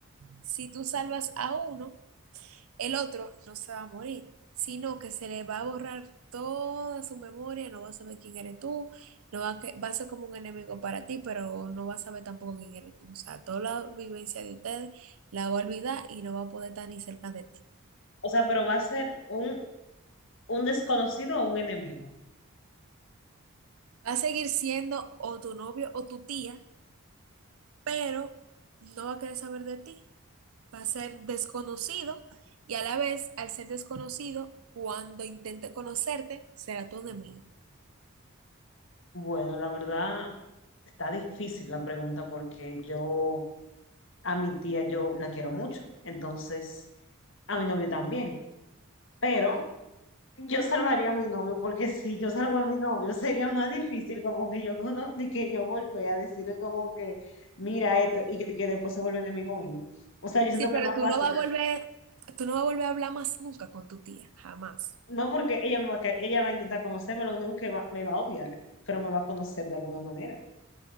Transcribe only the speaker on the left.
O sea, pero va a ser un, un desconocido o un enemigo.
Bueno, la verdad, está difícil la pregunta porque yo a mi tía yo la quiero mucho. Entonces, a mi novio también. Pero Yo salvaría a mi novio, porque si yo salvo a mi novio, sería más difícil como que yo cono- de que yo volví a decirle como que, mira esto, y que, que después se vuelve enemigo mío. O sea, yo siento
que es más
fácil.
No porque ella me va a, que- ella va a intentar conocerme, lo único que va- me va a odiar, pero me va a conocer de alguna manera.